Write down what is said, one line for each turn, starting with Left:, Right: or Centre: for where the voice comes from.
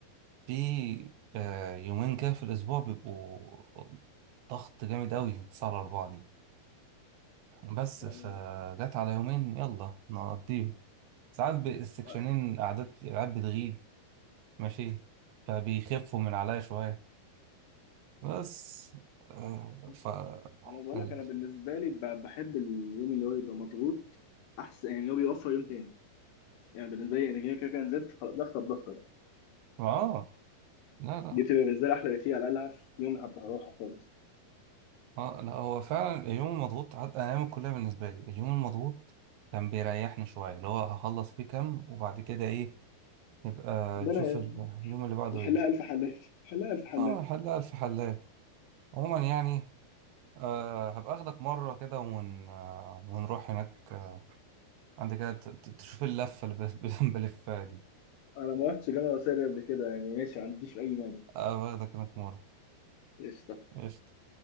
Right: في آه، يومين كده في الاسبوع بيبقوا ضغط جامد قوي 9 على 4 دي بس
Left: يعني
Right: فجت على يومين يلا نقضيهم ساعات ب- السكشنين
Left: بقى-
Right: قعدات العيال بتغيب ماشي فبيخفوا من عليا شوية بس آه،
Left: مش-
Right: ف
Left: انا بقول
Right: ال...
Left: لك انا بالنسبه لي ب- بحب اليوم اللي هو يبقى مضغوط احسن يعني هو بيوفر يوم تاني يعني بالنسبه لي انا كده كده كده نزلت خلاص ضغطه بضغطه بقى
Right: اه لا لا
Left: دي بتبقى بالنسبه لي احلى بكتير على الاقل هعرف يوم هبقى اروحها خالص
Right: اه لا هو فعلا اليوم المضغوط عد... انا ايام الكلية بالنسبة لي اليوم المضغوط كان بيريحني شوية اللي هو هخلص فيه كام وبعد كده ايه نبقى
Left: ده
Right: نشوف
Left: انا
Right: ال- اليوم اللي بعده
Left: نحلها
Right: ايه
Left: الف حلال نحلها الف حلال
Right: اه الحلاقة الف حلال عموما يعني آه هبقى اخدك مرة كده ون... آه، ونروح هناك آه، عندك كده ت- ت- تشوف اللفة اللي ب- <laughs> بلفها دي
Left: انا ما رحتش جامعه وسائل قبل كده يعني ماشي ما عنديش اي مانع
Right: اه واخدك هناك مرة
Left: قشطه
Right: قشطة